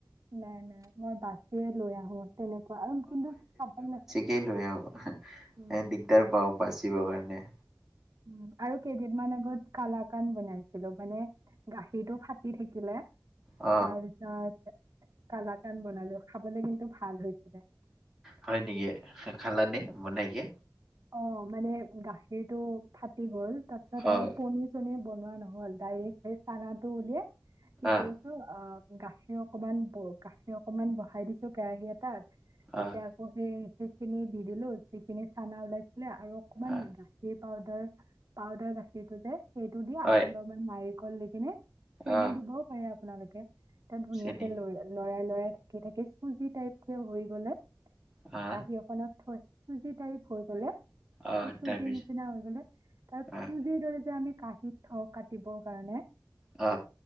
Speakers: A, on the right; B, in the centre.
A: নাই নাই। মই বাচিয়ে লৈ আহো। তেনেকুৱা আৰু কিন্তু <unintelligible>
B: কে লৈ আহো।
A: উম
B: এ দিগদাৰ পাও বাচিবৰ কাৰণে।
A: উম আৰু কেইদিনমান আগত কালাকান বনাইছিলো। মানে গাখীৰটো ফাটি থাকিলে।
B: অ
A: তাৰ <unintelligible> কালা কান বনালো। খাবলে কিন্তু ভাল হৈছিলে।
B: হয় নেকি? খালানে বনাই কে?
A: অ, মানে গাখীৰটো ফাটি গ'ল তাৰপিছত
B: হয়
A: আৰু পনিছ ছনিৰ বনোৱা নহ'ল দাইৰেক সেই চানাটো উলিয়াই কি
B: আহ
A: কৰি টো অ, গাখীৰ অকমান ব গাখীৰ অকমান বহাই দিছো কেৰাহি এটাত তাতে
B: আহ
A: আ পনীৰ সিখিনি দি দিলোঁ যিখিনি চানা ওলাইছিলে আৰু অকমান
B: আহ
A: গাখীৰ পাউদাৰ-পাউদাৰ গাখীৰটো যে সেইটো দি
B: হয়
A: আৰু অলপমান নাৰিকল দি কিনে চেনি
B: আহ
A: দিবও পাৰে আপোনালোকে ত' ধুনীয়াকে
B: চেনি
A: লৰা-লৰাই-লৰাই থাকি থাকে চুজি টাইপ- তে হৈ গলে
B: আহ
A: কাঁহী এখনত থৈ চুজি টাইপ হৈ গ'লে
B: আহ
A: এই চুজি
B: তাৰপিছত
A: নিচিনা হৈ গ'লে তাত
B: আহ
A: চুজ সেইদৰে যে আমি কাঁহীত থওঁ কাটিব কাৰণে
B: আ,